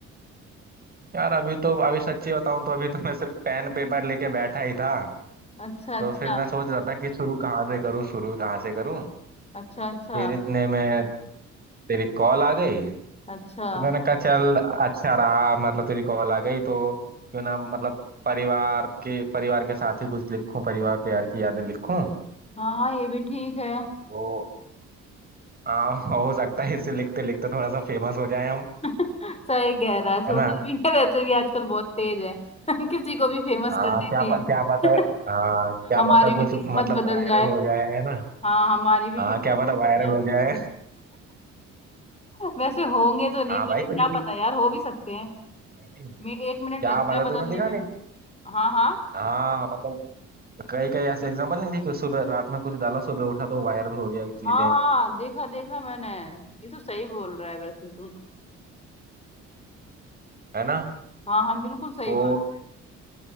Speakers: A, on the right; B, on the left.
A: यार अभी तो अभी सच्ची बताऊं तो अभी तो मैं सिर्फ पेन पेपर लेके बैठा ही था
B: अच्छा
A: तो
B: अच्छा
A: फिर मैं सोच रहा था कि शुरू कहाँ से करूँ शुरू कहाँ से करूँ
B: अच्छा अच्छा
A: फिर इतने में तेरी कॉल आ गई
B: अच्छा
A: तो मैंने कहा चल अच्छा रहा मतलब तेरी कॉल आ गई तो क्यों ना मतलब परिवार के परिवार के साथ ही कुछ लिखूं परिवार प्यार की यादें लिखूं
B: हाँ हाँ ये भी ठीक है
A: तो आ, हो सकता है इसे लिखते लिखते थोड़ा सा फेमस हो जाए हम
B: <laughs> सही कह रहा है सोशल
A: है ना
B: मीडिया वैसे भी आजकल बहुत तेज है <laughs> किसी को भी फेमस
A: हाँ
B: कर देती
A: क्या प,
B: है
A: क्या पता
B: <laughs>
A: हाँ क्या
B: हमारी
A: पता कुछ
B: भी
A: मतलब
B: किस्मत बदल
A: वायरल
B: जाए
A: हो जाए है ना
B: हाँ हमारी भी
A: हाँ
B: किस्मत
A: क्या पता वायरल
B: बदल जाए
A: हो जाए
B: <laughs> वैसे होंगे तो नहीं
A: हाँ भाई
B: पर क्या
A: कुछ भी
B: पता यार हो भी सकते हैं
A: नहीं, नहीं।
B: मैं एक मिनट
A: क्या
B: लगता
A: पता
B: है बदलने
A: तूने देखा
B: में
A: नहीं
B: हाँ हाँ
A: हाँ मतलब कई कई ऐसे एग्जाम्पल नहीं देखे सुबह रात में कुछ डाला सुबह उठा तो वायरल हो गया चीजें
B: हाँ हाँ देखा देखा मैंने ये तो सही बोल रहा है वैसे तुम
A: है ना
B: हाँ हाँ बिल्कुल सही
A: तो
B: बात